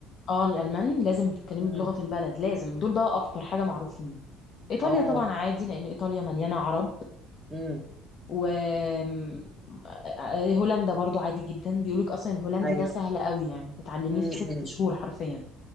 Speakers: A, on the left (about 55°); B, in the centre.
A: اه الألمان لازم تتكلمي
B: امم
A: بلغة البلد لازم دول بقى اكتر حاجة معروفين إيطاليا
B: اه
A: طبعا عادي لأن إيطاليا مليانة عرب
B: امم
A: وهولندا برضو عادي جدا بيقولك اصلا الهولندي
B: ايوه
A: ده سهل قوي يعني تتعلميه
B: امم
A: في ست شهور حرفيا